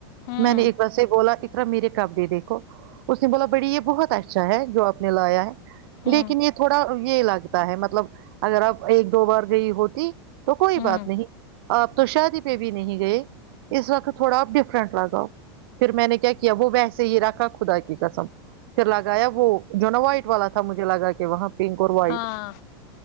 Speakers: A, on the left; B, on the right.
A: ہوں
B: میں نے ایک سے بولا اقرا میرے کپڑے دیکھو اس نے بولا بڑی یہ بہت اچھا ہے جو آپ نے لایا ہے
A: ہوں
B: لیکن یہ تھوڑا یہ لگتا ہے مطلب اگر آپ ایک دو بار گئی ہوتی تو کوئی
A: ہوں
B: بات نہیں آپ تو شادی بھی نہیں گئے اس وقت تھوڑا ڈف فرنک لگاؤ پھر میں نے کیا کیا وہ ویسے ہی رکھا خدا کی قسم چلاگایا وہ جنوائ والا تھا مجھے لگا کہ وہاں پنک اور وائٹ
A: ہاں